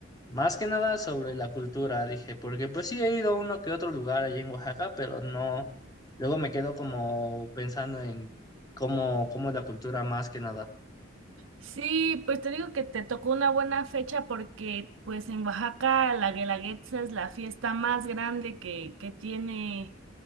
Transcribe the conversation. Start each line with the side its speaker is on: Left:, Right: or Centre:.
Left: más que nada sobre la cultura, dije, porque pues sí he ido a uno que otro lugar allí en Oaxaca, pero no, luego me quedo como pensando en cómo, cómo es la cultura más que nada.
Right: Sí, pues te digo que te tocó una buena fecha porque pues en Oaxaca la Guelaguetza es la fiesta más grande que, que tiene.